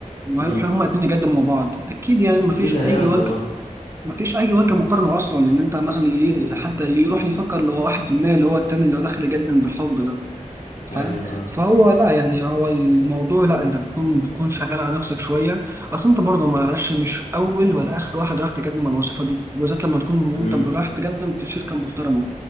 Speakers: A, on the right; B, on the left.
A: وهيروحوا
B: امم
A: هما الاتنين يقدموا مع بعض أكيد يعني مفيش
B: اكيد هياخدوا
A: أي وجه
B: اه
A: مفيش اي وجه مقارنه اصلا ان انت مثلا ي-
B: امم
A: حتى يروح يفكر اللي هو 1% اللي هو التاني اللي هو داخل جد من بالحب ده
B: ايوه
A: فاهم
B: اه
A: فهو لا يعني هو الموضوع لا انت بتكون بتكون شغال على نفسك شويه اصل انت برضه معلش مش اول ولا اخر واحد راح تقدم على الوظيفه دي وبالذات لما تكون انت
B: امم
A: رايح تقدم في شركه محترمه